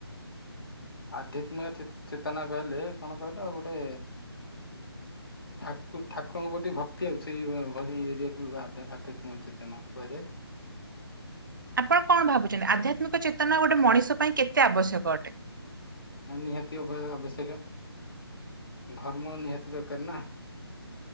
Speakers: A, on the left; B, on the right.
A: ଆଧ୍ୟାତ୍ମିକ ଚେ-ଚେତନା କହିଲେ କଣ କହିଲ ଆଉ ଗୋଟେ
B: ହୁଁ
A: ଠାକୁ ଠାକୁରଙ୍କ ପ୍ରତି ଭକ୍ତି ଆଉ ସେଇ ଭ ଭଳି ଏରିଆକୁ ଆଧ୍ୟା-ଆଧ୍ୟାତ୍ମିକ ଚେତନା କୁହାଯାଏ।
B: ଆପଣ କଣ ଭାବୁଚନ୍ତି ଆଧ୍ୟାତ୍ମିକ ଚେତନା ଗୋଟେ ମଣିଷ ପାଇଁ କେତେ ଆବଶ୍ୟକ ଅଟେ?
A: ନିହାତି ଅବ-ଆବଶ୍ୟକ ଧର୍ମ ନିହାତି ଦରକାର ନା।